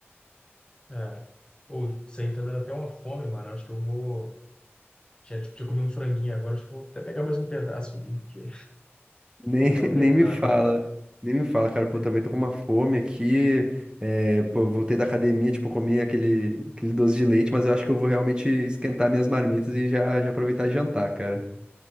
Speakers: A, on the left (about 20°); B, on the right (about 20°).
A: É. Ou, isso aí tá dando até uma fome, mano. Acho que eu vou. Tinha, tinha comer um franguinho agora, acho que eu vou até pegar mais um pedaço ali, porque
B: Nem,
A: vou
B: <laughs>
A: dar <laughs> uma apertada.
B: nem me fala, nem me fala, cara, pô,
A: Aí,
B: também tô com uma fome aqui, é, pô, voltei da academia, tipo, comi aquele, aquele doce de leite, mas eu acho que eu vou realmente esquentar minhas marmitas e já, já aproveitar e jantar, cara.